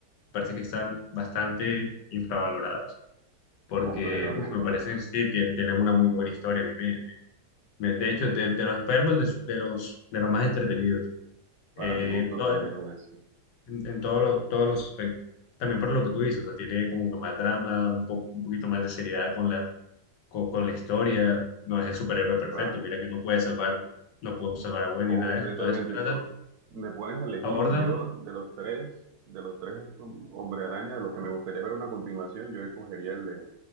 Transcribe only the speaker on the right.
Completamente,
brother.
Sí,
para
mi gusto
también lo es.
Claro.
Completamente.
Tú me pones a elegir
y yo
de los tres, de los tres hom- Hombre Araña, de los que me gustaría ver una continuación, yo escogería el de,